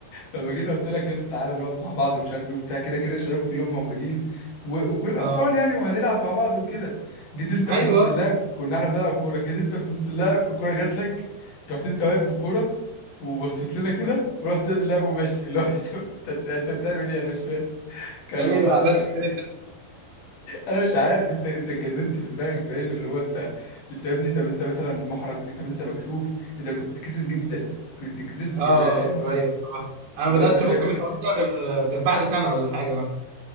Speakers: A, on the left; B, on the right.
A: لما جيت قلت لك يا اسطى تعالى نقعد مع بعض ومش عارف ايه وبتاع كده كده الشباب كلهم موجودين و... وكل
B: اه
A: اطفال يعني وهنلعب مع بعض وكده جيت انت
B: ايوه
A: في نص اللعب كنا احنا بنلعب كوره جيت انت في نص اللعب الكوره جات لك رحت انت واقف بالكوره وبصيت لنا كده ورحت سايب اللعب وماشي اللي هو <laughs> انت انت أنت بتعمل ايه انا مش فاهم كان
B: ده
A: الموضوع
B: ليه ده أنا عملت كده
A: انا مش عارف انت انت اتجننت في دماغك باين اللي هو انت انت يا ابني طب انت مثلا محرج طب انت مكسوف انت كنت بتتكسف جدا كنت بتتكسف بغباء
B: اه
A: يعني اللي هو
B: ايوه صح انا
A: اللي
B: ما بداتش
A: هو انت مش
B: افك
A: عارف
B: من الحوار ده غير غير بعد سنه ولا حاجه مثلا